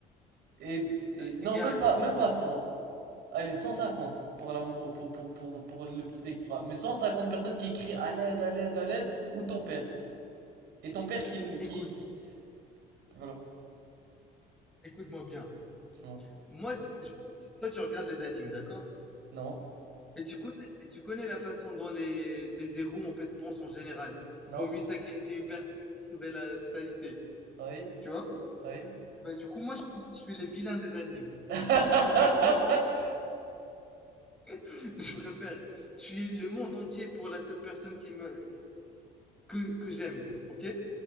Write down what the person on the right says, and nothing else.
et, et-
non,
même pas, même pas 100. Allez, 150 pour l'amour, pour, pour, pour, pour le petit extra. Mais 150 personnes qui crient à l'aide, à l'aide, à l'aide, ou ton père. Et ton père qui, l-
qui, qui- voilà,
dis-moi.
Non,
non,
oui,
oui.
<laughs>